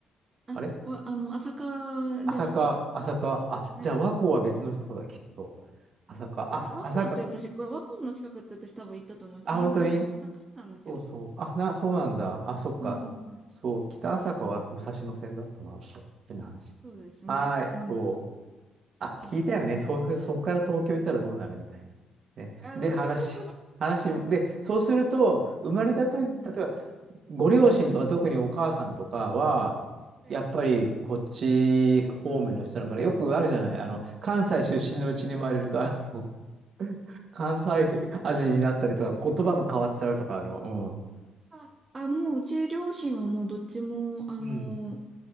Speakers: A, on the right; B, on the right.
A: あ、
B: あれ
A: わ、あの、朝霞ですね。
B: 朝霞、朝霞。あ、
A: はい。
B: じゃあ和光は別の人だ、きっと。朝霞。
A: わ和光って私、
B: あ、朝霞。
A: これ和光の近くって私多分行ったと思います。
B: あ、
A: あ、本当にあの、
B: 本当に
A: 境なんですよ。
B: そうそう。あ、な、そうなんだ。あ、そっか。
A: うん。
B: そう、北朝霞は武蔵野線だったな、と。変な話。
A: そうですね。
B: はい、
A: うん。
B: そう。あ、
A: そう。
B: 聞いたよね。そう、そこから東京行ったらどうなるみたいな。ね。
A: あ、
B: で、
A: そうそうそうそ
B: 話、話も、で、そうすると、生まれた時、
A: う。うん。
B: 例えば、ご両親とか特にお母さんとかは、
A: はい。
B: やっぱりこっち方面の人なのかな。よくあるじゃない。あの、関西出身のうちに生まれると、
A: うん。
B: あの、関西味になったりとか、言葉も変わっちゃうとか、あの、
A: あ、あもううち両親はもうどっちも、あの、
B: うん。